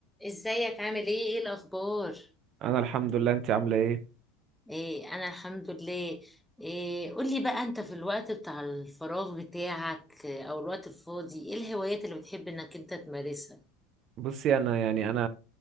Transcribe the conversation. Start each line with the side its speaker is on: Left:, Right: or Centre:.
Centre: ازيك عامل ايه ايه الاخبار
Right: انا الحمد لله انت عامله ايه
Centre: ايه انا الحمد لله إيه قولي بقى انت في الوقت بتاع الفراغ بتاعك آه، او الوقت الفاضي ايه الهوايات اللي بتحب انك انت تمارسها
Right: بصي انا يعني انا